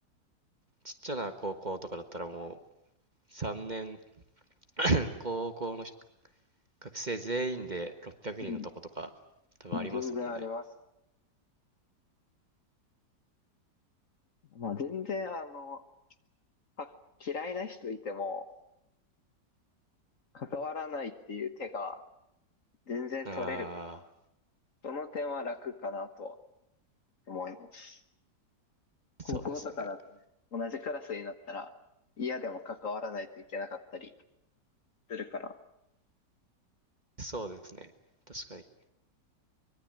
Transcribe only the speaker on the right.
ちっちゃな高校とかだったらもう3年、<clears throat> <coughs> 高校の学生全員で600人のとことか多分ありますもんね。
あ
あ、そうですね、なんか。
そうですね、確かに